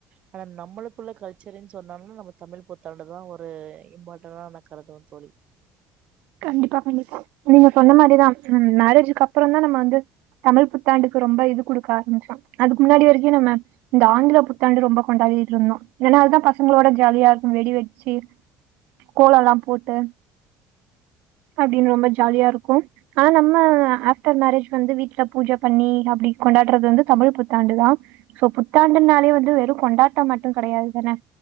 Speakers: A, on the right; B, on the right.
A: ஆனா நம்மளுக்குள்ள கல்ச்சரின்ஸ் சொன்னாங்ன்னா நம்ம தமிழ் புத்தாண்டு தா ஒரு இம்பார்ட்டானா நா கருதுவே தோழி
B: கண்டிப்பா கண்டிப்பா நீங்க சொன்ன மாரிதா மேரேஜுக்கப்றோ தா நம்ம வந்து தமிழ் புத்தாண்டுக்கு ரொம்ப இது குடுக்க ஆரம்ச்சோ அதுக்கு முன்னாடி வரைக்கு நம்ம இந்த ஆங்கில புத்தாண்டு ரொம்ப கொண்டாடிட்ருந்தோ இதனால தா பசங்களோட ஜாலியா இருக்குன் வெடி வெடிச்சு கோலோல்லா போட்டு அப்டின் ரொம்ப ஜாலியாருக்கு ஆ நம்ம ஆஃப்டர் மேரேஜ் வந்து வீட்ல பூஜ பண்ணி அப்டி கொண்டாடுறது வந்து தமிழ் புத்தாண்டுதா சோ புத்தாண்டுனாலயே வந்து வெறு கொண்டாட்டம் மட்டு கடையாது தான